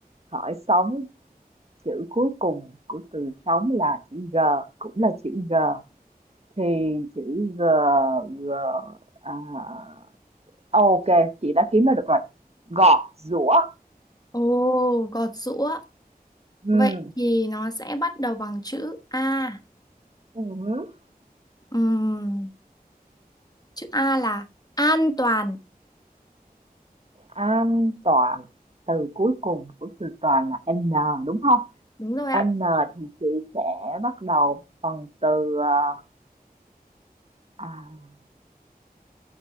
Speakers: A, on the right; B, on the left.
A: Hỏi sống, chữ cuối cùng của từ sống là chữ G, cũng là chữ G. Thì chữ G, G, à, ô chị đã kiếm ra được rồi. Gọt, giũa.
B: Ồ, gọt giũa.
A: Ừm.
B: Vậy thì nó sẽ bắt đầu bằng chữ A.
A: Ừm
B: Ừm Chữ A là an toàn.
A: An toàn từ cuối cùng của từ toàn là n đúng không
B: Đúng rồi ạ.
A: n thì chị sẽ bắt đầu bằng từ ờ, à,